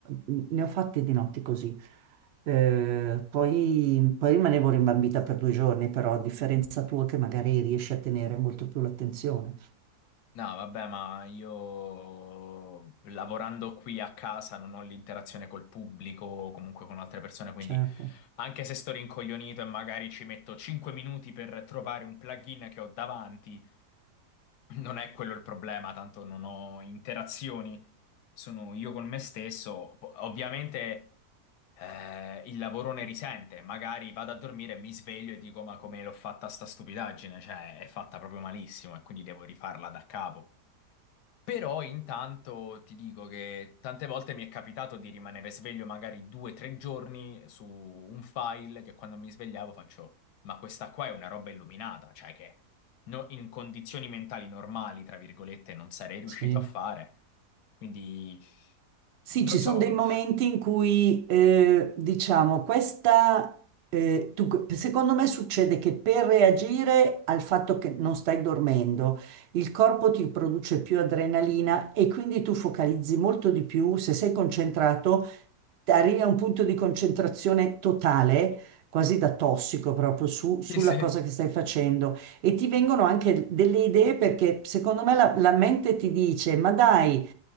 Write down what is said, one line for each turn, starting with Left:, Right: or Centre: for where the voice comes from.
Right: ne ho fatte di notti così. Eh, poi, poi rimanevo rimbambita per due giorni, però a differenza tua che magari riesci a tenere molto più l'attenzione.
Left: No, vabbè, ma io lavorando qui a casa non ho l'interazione col pubblico o comunque con altre persone, quindi
Right: Certo,
Left: anche se sto rincoglionito e magari ci metto 5 minuti per trovare un plugin che ho davanti, Non è quello il problema, tanto non ho interazioni, sono io con me stesso. Po- Ovviamente eh, il lavoro ne risente, magari vado a dormire e mi sveglio e dico: Ma come l'ho fatta sta stupidaggine? Cioè, è fatta proprio malissimo e quindi devo rifarla da capo. Però intanto ti dico che tante volte mi è capitato di rimanere sveglio magari due o tre giorni su un file che quando mi svegliavo faccio, ma questa qua è una roba illuminata, cioè che no- in condizioni mentali normali, tra virgolette, non sarei riuscito
Right: sì.
Left: a fare. Quindi,
Right: Sì,
Left: non
Right: ci sono
Left: so.
Right: dei momenti in cui, eh, diciamo, questa, eh, tu- secondo me succede che per reagire al fatto che non stai dormendo, il corpo ti produce più adrenalina e quindi tu focalizzi molto di più, se sei concentrato, arrivi a un punto di concentrazione totale, quasi da tossico proprio su- sulla
Left: Sì, sì.
Right: cosa che stai facendo e ti vengono anche delle idee perché secondo me la la mente ti dice, ma dai,